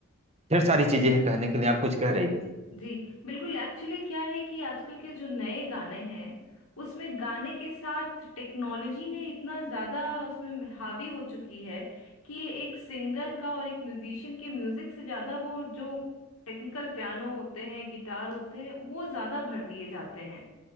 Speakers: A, on the right; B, on the left.
A: ढेर सारी चीजें हैं कहने के लिए आप कुछ कह रही थी
B: जी बिल्कुल एक्चुअली क्या है कि आजकल के जो नए गाने हैं उसमें गाने के साथ टेक्नोलॉजी ने इतना ज्यादा उसमें हावी हो चुकी है कि एक सिंगर का और एक म्यूजिशियन के म्यूजिक से ज्यादा वो जो टेक्निकल पियानो होते हैं गिटार होते हैं वो ज्यादा भर दिए जाते हैं